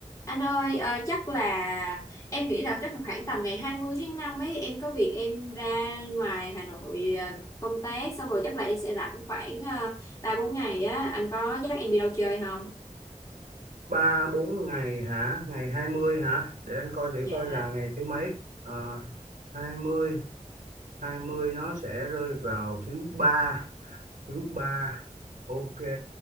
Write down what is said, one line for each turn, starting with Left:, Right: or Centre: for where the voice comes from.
Left: Anh ơi, ờ, chắc là em nghĩ là chắc là khoảng tầm ngày 20 tháng 5 ấy em có việc em ra ngoài Hà Nội ờ, công tác xong rồi chắc là em sẽ rảnh khoảng ờ, ba bốn ngày á anh có dắt em đi đâu chơi không?
Right: ba bốn ngày hả ngày 20 hả để anh coi thử
Left: Dạ,
Right: coi là ngày thứ mấy à, hai mươi hai mươi nó sẽ rơi vào thứ ba thứ ba ok